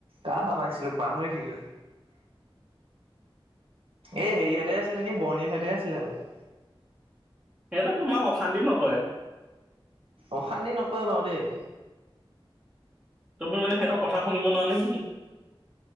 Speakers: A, on the right; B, on the right.
A: কাৰ পৰা পাইছিলোঁ পাহৰি থাকিলোঁ', এই হেৰিহঁতে আছিলে নি, বৰ্ণিলহঁতে আছিলে বোলে',
B: সিহঁতক তোমাৰ অশান্তি নকৰে',
A: অশান্তি নকৰে বাৰু দেই',
B: তুমি মানে সিহঁতৰ কথা শুনিব নোৱাৰা নে কি?